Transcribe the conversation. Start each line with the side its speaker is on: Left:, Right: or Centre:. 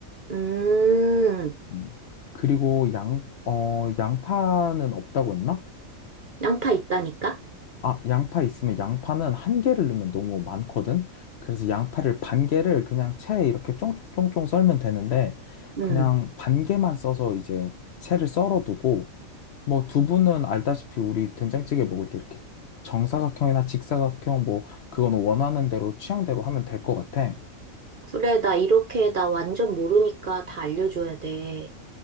Right: 음,
Left: 음. 그리고 양, 어, 양파는 없다고 했나?
Right: 양파 있다니까?
Left: 아, 양파 있으면 양파는 한 개를 넣으면 너무 많거든? 그래서 양파를 반 개를 그냥 채에 이렇게 쫑쫑쫑쫑 썰면 되는데,
Right: 응
Left: 그냥 반 개만 써서 이제 채를 썰어두고, 뭐 두부는 알다시피 우리 된장찌개 먹을 때 이렇게 정사각형이나 직사각형 뭐 그건 원하는 대로 취향대로 하면 될 것 같아.
Right: 그래 나 이렇게 나 완전 모르니까 다 알려줘야 돼.